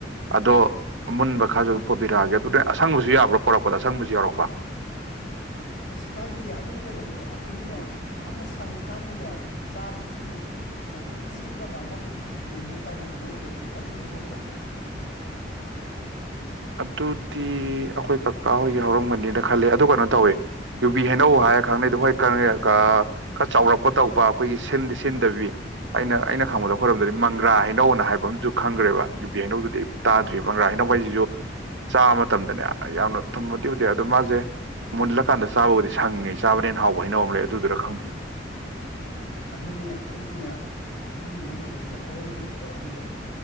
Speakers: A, on the right; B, on the left.
A: ꯑꯗꯣ ꯑꯃꯨꯟꯕ ꯈꯔꯖꯨ ꯑꯗꯨꯝ ꯄꯨꯕꯤꯔꯛꯑꯒꯦ ꯑꯗꯨꯗꯤ ꯑꯁꯪꯕꯖꯨ ꯌꯥꯕ꯭ꯔꯣ ꯄꯣꯔꯛꯄꯗ ꯑꯁꯪꯕꯖꯨ ꯌꯥꯎꯔꯛꯄ
B: <inaudible> ꯀꯩꯁꯨ ꯀꯥꯏꯗꯤꯌꯦ ꯑꯗꯨ ꯀꯩꯅꯣꯗꯣ ꯑꯈꯣꯏꯒꯤꯅꯦ ꯑꯃ ꯁꯪꯉꯤꯀꯥꯟꯗꯅꯦ ꯆꯥꯕꯗꯖꯨ ꯌꯥꯝ ꯀꯟꯅ ꯁꯤꯟꯗꯕ ꯑꯃ ꯑꯈꯣꯏꯒꯤ ꯌꯨꯕꯤ ꯍꯩꯅꯧ ꯀꯥꯏꯅ ꯍꯥꯏꯅꯕꯗꯣ ꯑꯗꯨ ꯑꯗꯨꯗꯤ ꯍꯧꯕ꯭ꯔꯥ <inaudible>
A: ꯑꯗꯨꯗꯤ ꯑꯈꯣꯏ ꯀꯀꯥ ꯍꯣꯏꯒꯤ ꯍꯧꯔꯝꯒꯅꯤꯅ ꯈꯜꯂꯦ ꯑꯗꯨ ꯀꯩꯅꯣ ꯇꯧꯋꯦ ꯕꯤ ꯍꯩꯅꯧ ꯍꯥꯏꯔ ꯈꯪꯅꯩꯗꯣ ꯍꯣꯏ <unintelligible> ꯈꯔ ꯆꯥꯎꯔꯛꯄ ꯇꯧꯕ ꯈꯣꯏꯒꯤ ꯁꯤꯟꯗꯤ ꯁꯤꯟꯗꯕꯤ ꯑꯩꯅ ꯑꯩꯅ ꯈꯪꯕꯗ ꯈꯣꯏꯔꯣꯝꯗꯗꯤ ꯃꯪꯒ꯭ꯔꯥ ꯍꯩꯅꯧꯅ ꯍꯥꯏ ꯍꯥꯏꯕ ꯑꯝꯖꯨ ꯈꯪꯒ꯭ꯔꯦꯕ ꯌꯨ ꯕꯤ ꯍꯩꯅꯧꯗꯨꯗꯤ ꯇꯥꯗ꯭ꯔꯤꯕ ꯃꯪꯒ꯭ꯔꯥ ꯍꯩꯅꯧ ꯍꯥꯏꯖꯤꯖꯨ ꯆꯥꯕ ꯃꯇꯝꯗꯅꯦ ꯌꯥꯝꯅ ꯊꯨꯝꯕꯗꯤ ꯑꯣꯏꯗꯦ ꯑꯗꯨ ꯃꯥꯖꯦ ꯃꯨꯜꯂꯀꯥꯟꯗ ꯆꯥꯕꯕꯨꯗꯤ ꯁꯪꯉꯤꯉꯩ ꯆꯥꯕꯅ ꯍꯦꯟ ꯍꯥꯎꯕ ꯍꯩꯅꯧ ꯑꯃ ꯂꯩ ꯑꯗꯨꯗꯨꯔ ꯈꯪꯗꯤ
B: ꯑꯥꯗꯨꯅꯦ ꯑꯥꯈꯣꯏꯒꯤꯅꯦ ꯑꯥꯈꯣꯏ ꯌꯨꯝꯗꯪꯅꯕꯒꯤꯗ ꯍꯧꯔꯝꯃꯦꯕꯀꯣ ꯑꯗꯨꯗꯣ